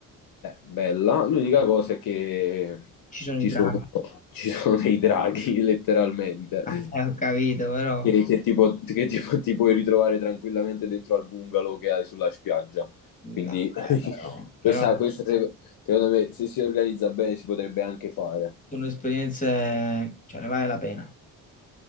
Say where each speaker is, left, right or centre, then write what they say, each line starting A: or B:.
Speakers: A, on the left; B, on the left.
A: Eh, bella, l'unica cosa è che
B: Ci sono
A: ci
B: i draghi.
A: sono, ci sono dei draghi, <laughs> letteralmente,
B: Ah, eh, ho capito, però...
A: che, che tipo, che tipo ti puoi ritrovare tranquillamente dentro al bungalow che hai sulla spiaggia. Quindi
B: No, beh,
A: <laughs>
B: però... Però
A: questa, questa se- secondo me, se si organizza bene, si potrebbe anche fare.
B: sono esperienze... Cioè, ne vale la pena.